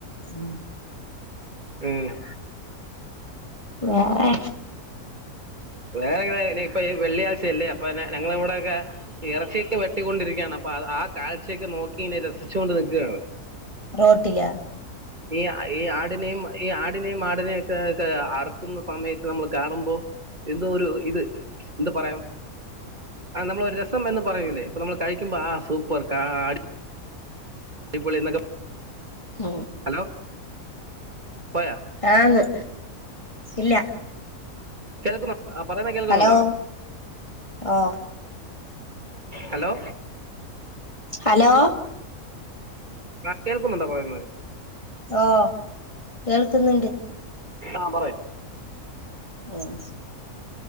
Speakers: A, on the left; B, on the right.
A: ഉം
B: ഏഹ്
A: വേറെ
B: വേറെ എങ്ങനെ ഇപ്പൊ ഈ വെള്ളിയാഴ്ചയല്ലേ അപ്പൊ ഞങ്ങൾ ഇവിടെയൊക്കെ ഇറച്ചിയൊക്കെ വെട്ടിക്കൊണ്ടിരിക്കയാണ് അപ്പ അ ആ കാഴ്ചയൊക്കെ നോക്കി ഇനി രസിച്ചുണ്ട് നിക്കാണ്
A: റോട്ടിലാ
B: ഈ ഈ ആടിനെയും ഈ ആടിനെയും ആടിനെ ഒക്കെ അറക്കുന്ന സമയത്ത് നമ്മൾ കാണുമ്പോ എന്തോ ഒരു ഇത് എന്താ പറയാം ആ നമ്മള ഒരു രസം എന്ന് പറയൂലേ ഇപ്പ നമ്മൾ കഴിക്കുമ്പോ ആ സൂപ്പർ കാ ട് ടിപൊളി എന്നൊക്കെ
A: ഉം
B: ഹലോ പോയാ
A: ആന്ന് ഇല്ല
B: കേൾക്കുന്നോ ആ പറയുന്ന കേൾക്കൊന്നുണ്ടാ
A: ഹലോ ഓ
B: ഹലോ
A: ഹലോ
B: ആ കേൾക്കുന്നുണ്ടോ പറയുന്നത്
A: ഓ കേൾക്കുന്ന
B: ആ പറയ്
A: ഉം